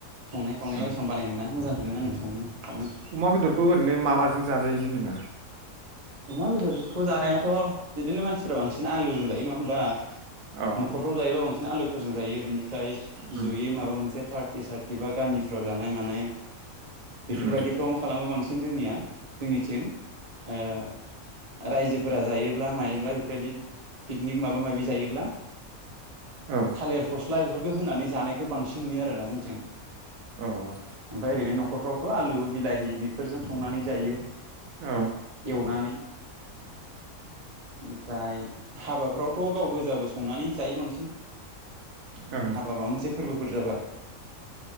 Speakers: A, on the right; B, on the right.
A: संनाय खावनायाव
B: उम
A: एसां बानाय मोना मोजांखौनो आङो संनो खावनो।
B: अमा बेदरखौ ओरैनो मा माजों जाजायो जेनेबा
A: अमा बेदरखौ जानायाथ' बिदिनो मानसिफोरा बांसिन आलुजों जायो नङा होमबा।
B: अ
A: न'खरफ्राव जायोबा बांसिन आलु फोरजोंजायो बिनि मफ्राय
B: उम
A: जयै माबा मोनसे पार्टि सार्टि बा गामि फ्राव जानाय मानाय बेफोरबायदिफ्राव
B: उम
A: मा खालामो बांसिन जोंनिया जोंनिथिं ओ रायजोफोरा जायोब्ला मायोब्ला बेफोरबायदि पिकनिक माबा माबि जायोब्ला
B: औ
A: थालिर फस्ला बेफोरखौ होनानै जानायखौ बांसिन नुयो आरोना जोंथिं
B: उह
A: ओमफ्राय ओरैनो न'खरफ्रावथ' आलु बिलाहि बेफोरजों संनानै जायो
B: औ
A: एवनानै बेनिफ्राय हाबाफ्रावथ' गाव गोजाबो संनानै जायो बांसिन
B: औ
A: हाबा माबा मोनसे फोरबो फोर जाबा